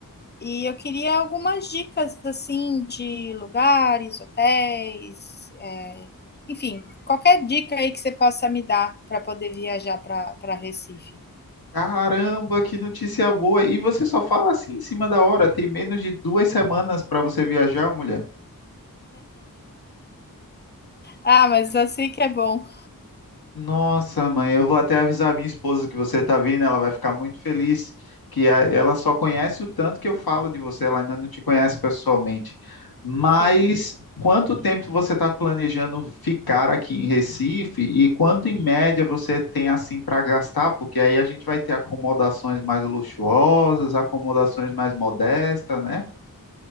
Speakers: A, on the left; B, on the left.
A: e eu queria algumas dicas assim de lugares, hotéis, é, enfim, qualquer dica aí que você possa me dar para poder viajar para para Recife.
B: Caramba, que notícia boa! E você só fala assim em cima da hora, tem menos de duas semanas para você viajar, mulher.
A: Ah, mas assim que é bom.
B: Nossa, mãe, eu vou até avisar a minha esposa que você está vindo, ela vai ficar muito feliz, que a- ela só conhece o tanto que eu falo de você, ela ainda não te conhece pessoalmente. Mas
A: Sim.
B: quanto tempo você está planejando ficar aqui em Recife e quanto em média você tem assim para gastar? Porque aí a gente vai ter acomodações mais luxuosas, acomodações mais modestas, né?